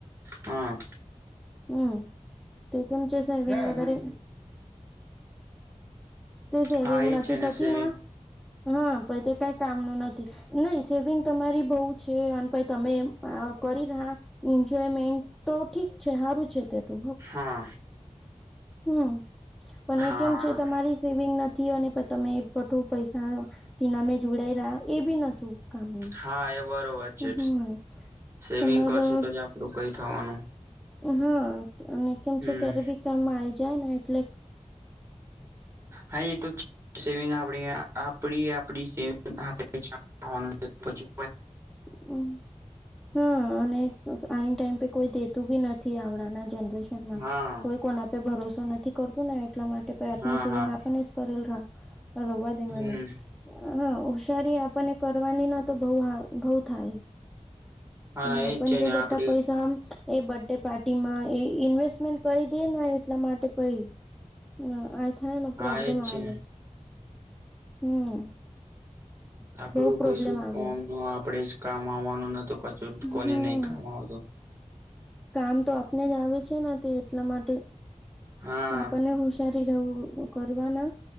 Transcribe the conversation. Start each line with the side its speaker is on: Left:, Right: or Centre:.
Right: હા.
Centre: હમ્મ તે કેમચ સૈવી વગેરે તે સેવિંગ
Right: હા એ
Centre: નથી
Right: છે ને
Centre: થતી
Right: સેવિંગ
Centre: હા પણ તે કઈ કામનું નથી નહી સેવિંગ તમારી બહ છે અને ભાઈ તમે કરી રહ્યા એન્જોયમેન્ટ તો ઠીક છે સારું છે તે તો
Right: હા.
Centre: હમ્મ પણ
Right: હા
Centre: એ કેમ છે તમારી સેવિંગ નથી અને તમે બઠો પૈસા તેના મેં જોડાઈ રહ્યા એ બી નતું કામનું
Right: હા એ બરોબર છે
Centre: હમ
Right: સેવિંગ
Centre: તમારો
Right: કરશું તો જ આપડું કઈ થવાનું.
Centre: હા અને કેમ
Right: હમ
Centre: છે ક્યારે બી કામ આવી જાય ને એટલે
Right: હા એ તો ચ સેવિંગ આપ આપડી આપડી સેવિંગ આપ ખવાનું પછી
Centre: અમ હમ્મ અને આઈ ટાઈમ પે કોઈ દેતું બી નથી આવડાના જનરેશનમાં
Right: હા
Centre: કોઈ કોના આપે ભરોસો નથી કરતું ને એટલા માટે આપની
Right: હા
Centre: સેવિંગ
Right: હા
Centre: આપને જ કરેલ રવા દેવાની
Right: હમ
Centre: હા ઓશારી આપણને કરવાની ન તો બ બહુ થાય.
Right: હા
Centre: ના
Right: એજ
Centre: પણ
Right: છે
Centre: જો
Right: ને આપડે
Centre: બટા પૈસા એ બર્થડે પાર્ટી માં એ ઇન્વેસ્ટમેન્ટ કરી દેને એટલા માટે પ હ આય થ
Right: હા
Centre: પ્રોબ્લેમ
Right: એજ છે
Centre: આ
Right: ને
Centre: હમ
Right: આપડું
Centre: બહુ પ્રોબ્લેમ
Right: કઈ શું
Centre: આવે
Right: કોમ ન આપડે જ કામ આવવાનું નતું કછું કોને
Centre: હમ
Right: નહી કામ આવતું
Centre: કામ તો આપને જ આવે છે ને તે એટલા માટે
Right: હા
Centre: આપણને હુશારી રહવું કરવાના